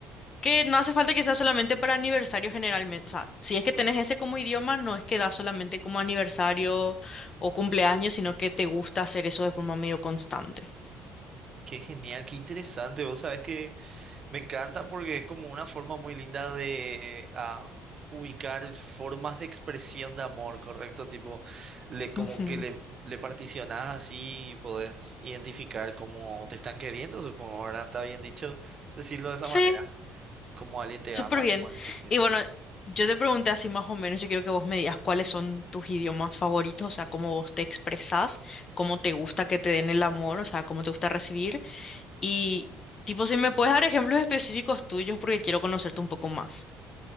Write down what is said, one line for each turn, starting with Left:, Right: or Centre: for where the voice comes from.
Left: que no hace falta que sea solamente para aniversario generalmente. O sea, si es que tenés ese como idioma, no es que das solamente como aniversario o cumpleaños, sino que te gusta hacer eso de forma medio constante.
Right: Qué genial, qué interesante. Vos sabés que me encanta porque es como una forma muy linda de ah, ubicar formas de expresión de amor, ¿correcto? Tipo, le, como
Left: Ujú.
Right: que le, le particionás así y podés identificar cómo te están queriendo, supongo. Ahora está bien dicho decirlo de esa
Left: Sí,
Right: manera, como alguien te
Left: súper
Right: ama,
Left: bien.
Right: como alguien te quiere.
Left: Y bueno, yo te pregunté así más o menos, yo quiero que vos me digas cuáles son tus idiomas favoritos, o sea, cómo vos te expresás, cómo te gusta que te den el amor, o sea, cómo te gusta recibir. Y, tipo, si me puedes dar ejemplos específicos tuyos porque quiero conocerte un poco más.